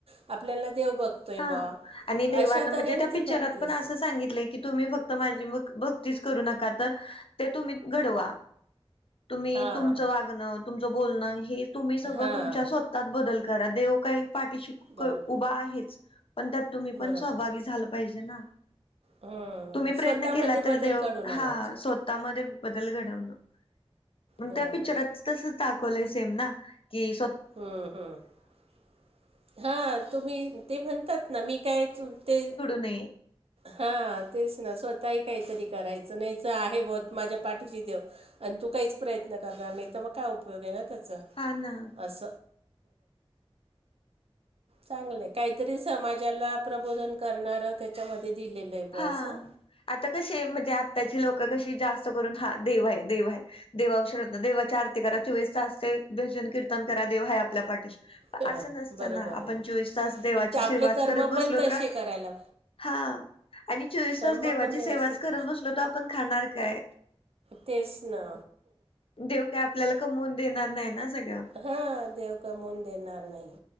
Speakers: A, on the right; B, on the left.
A: आपल्याला देव बघतोय
B: हा.
A: बा
B: आणि देवानं
A: अशा तऱ्हेने
B: म्हणजे त्या
A: ती
B: पिक्चरात
A: भक्ती
B: पण
A: असे
B: असं सांगितलंय की तुम्ही फक्त माझी भक्तीच करू नका तर ते तुम्ही घडवा तुम्ही
A: हां
B: तुमचं वागणं तुमचं बोलणं हे तुम्ही सगळं
A: हां
B: तुमच्या स्व त्यात बदल करा देव काही पाठीशी
A: बरोबर
B: उभा आहेच पण त्यात तुम्ही पण
A: बरोबर
B: सहभागी
A: आहे.
B: झालं पाहिजे ना
A: हम्म
B: तुम्ही प्रयत्न
A: स्वतःमध्ये
B: केला तर
A: बदल
B: देव
A: घडून आणायचे.
B: हा स्वतः मधे बदल घडवलं, मग
A: बरोबर
B: त्या पिक्चरात
A: आहे.
B: तस दाखवलं सेम ना की
A: हम्म हम्म हा तुम्ही ते म्हणतात- ना मी काय ते
B: नाही.
A: हा तेच ना स्वतःही काहीतरी करायचं नाहीच आहे बत माझ्या पाठीशी देव आणि तू काहीच प्रयत्न करणार नाही तर मग काय उपयोग आहे ना त्याचा
B: हा ना
A: अस चांगलं काहीतरी समाजाला प्रबोधन करणार त्याच्यामध्ये दिलेलं. आहे
B: हा
A: ब असं
B: आता कसे म्हणजे आत्ताची लोक कशी जास्त करून हा देव आहे देव आहे देवावर श्रद्धा देवाची आरती करा चोवीस तास ते भजन कीर्तन करा देव आहे आपल्या पाठीशी
A: ह
B: असं नसत
A: बरोबर
B: ना
A: आहे
B: आपण चोवीस तास देवाची
A: पण ते आपले
B: शेवाच
A: कर्म
B: करत बसलोत
A: पण तसे
B: रा
A: करायला
B: हा आणि चोवीस
A: कर्म
B: तास देवाची
A: पण व्यवस्थित
B: सेवाच करत
A: पाहिजे
B: बसलो तरो आपण खाणार काय
A: तेच ना
B: देव काय आपल्याला कमवून देणार नाही ना सगळं.
A: हा देव कमवून देणार नाही.